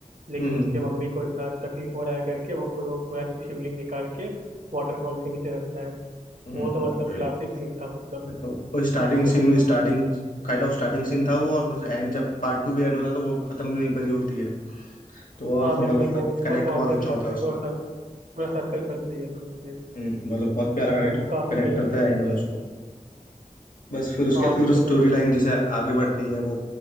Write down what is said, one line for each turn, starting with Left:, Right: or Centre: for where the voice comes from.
Right: लेकिन
Left: हम्म
Right: उसके मम्मी को इतना तकलीफ हो रहा है करके वो खुद वो पूरा शिवलिंग निकाल के वाटरफॉल के नीचे रखता है
Left: हम्म
Right: वो तो मतलब
Left: वही।
Right: क्लासिक सीन था मतलब
Left: मतलब वो स्टार्टिंग
Right: वो तो
Left: सीन
Right: मतलब
Left: में starting kind of starting scene था वो और फिर एंड जब पार्ट टू भी एंड होता है तो वो खत्म भी वहीं पर ही होती है तो और
Right: हाँ
Left: थोड़ा
Right: बिल्कुल
Left: मतलब
Right: वो
Left: कनेक्ट
Right: पूरा कॉल
Left: बहुत
Right: बैक
Left: अच्छा
Right: लाते
Left: होता है
Right: हैं
Left: उसका
Right: पूरा सर, पूरा सर्कल करते हैं ये लोग फिर
Left: हम्म, मतलब बहुत प्यारा
Right: तो मतलब
Left: कनेक्ट
Right: वो काफी
Left: कनेक्ट
Right: सही आता
Left: करता
Right: है
Left: है एंड में उसको बस फिर उसके
Right: हाँ
Left: बाद फिर
Right: बिल्कुल
Left: स्टोरी
Right: मतलब
Left: लाइन जैसे आगे बढ़ती है वो